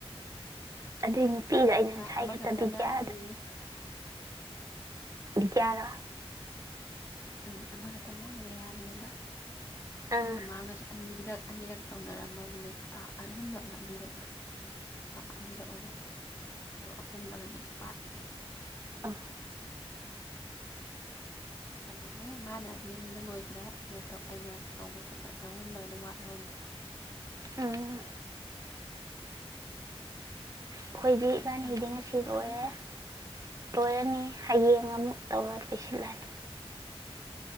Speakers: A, on the right; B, on the left.
A: ꯑꯗꯨꯗ ꯅꯨꯄꯤꯗꯣ ꯑꯩꯅ ꯉꯁꯥꯏ
B: ꯃꯥ ꯑꯃꯈꯛꯇ
A: ꯈꯛꯇꯕꯤꯗꯌꯥꯗ
B: ꯉꯥꯏꯔꯤ
A: ꯔꯥ
B: ꯎꯝ ꯑꯃꯈꯛꯇ ꯉꯥꯏꯔꯦ ꯍꯥꯏꯕꯅꯦꯕ
A: ꯑꯥ
B: ꯑꯩꯒ ꯃꯥꯒꯁꯨꯒ ꯑꯅꯤꯔꯛ ꯇꯧꯅꯔꯝꯃꯕꯅꯦ ꯑ ꯑꯍꯨꯝꯂꯛꯂꯥ ꯑꯅꯤꯔꯛꯂꯥ ꯑꯥ ꯑꯅꯤꯔꯛ ꯑꯣꯏ ꯃꯥꯜꯂ ꯑꯗꯣ ꯑꯍꯨꯝꯅ ꯀꯩꯅꯣꯗꯤ ꯋꯥꯠꯂꯤꯕꯅꯤ
A: ꯑ
B: ꯪꯅꯤ ꯃꯥꯅꯗꯤ ꯑꯩꯉꯣꯟꯗ ꯂꯣꯏꯈ꯭ꯔꯦ ꯑꯩꯅ ꯑꯩꯅ ꯇꯧꯕꯗꯨꯣꯗ ꯑꯍꯨꯝꯂꯩꯅ ꯋꯥꯠꯍꯧꯔꯤꯕ
A: ꯎꯝ ꯑꯩꯈꯣꯏꯗꯤ ꯏꯕꯥꯅꯤ
B: ꯃꯊꯪ
A: ꯍꯗꯤ
B: ꯃꯊꯪ
A: ꯉ ꯑꯁꯤ
B: ꯍꯦꯛꯇ
A: ꯂꯣꯏꯔꯦ
B: ꯇꯧꯔꯗ
A: ꯂꯣꯏꯔꯅꯤ ꯍꯌꯦꯡ ꯑꯃꯨꯛ ꯇꯧꯔ ꯂꯣꯏꯁꯤꯜꯂꯅꯤ